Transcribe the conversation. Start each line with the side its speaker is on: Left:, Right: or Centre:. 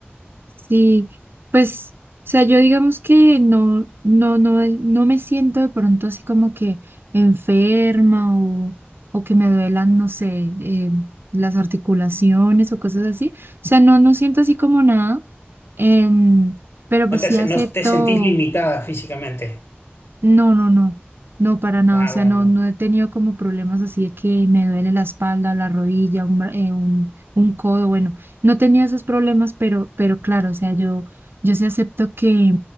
Right: Sí, pues, o sea, yo digamos que no, no, no, no me siento de pronto así como que enferma o, o que me duelan, no sé, eh, las articulaciones o cosas así. O sea, no, no siento así como nada, em, pero pues
Left: No te,
Right: sí
Left: se-
Right: acepto.
Left: no te sentís limitada físicamente.
Right: No, no, no, no para nada.
Left: Ah,
Right: O sea,
Left: bueno,
Right: no, no he tenido como problemas así de que me duele la espalda, la rodilla, un, bra- eh, un, un codo. Bueno, no he tenido esos problemas, pero, pero claro, o sea, yo, yo sí acepto que,